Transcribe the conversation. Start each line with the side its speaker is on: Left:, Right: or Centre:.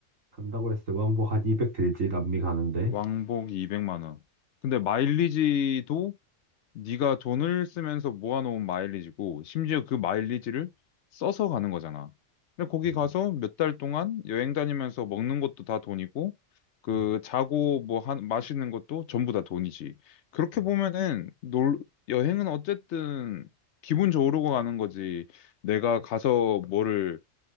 Right: 간다고 했을 때 왕복 한 200 들지 남미 가는데
Left: 왕복이 200만 원. 근데 마일리지도 네가 돈을 쓰면서 모아놓은 마일리지고 심지어 그 마일리지를 써서 가는 거잖아. 근데 거기
Right: 네.
Left: 가서 몇 달 동안 여행 다니면서 먹는 것도 다 돈이고 그
Right: 음, 음,
Left: 자고 뭐 한, 마시는 것도 전부 다 돈이지. 그렇게
Right: 음,
Left: 보면은 놀, 여행은 어쨌든 기분 좋으려고 가는 거지. 내가 가서 뭐를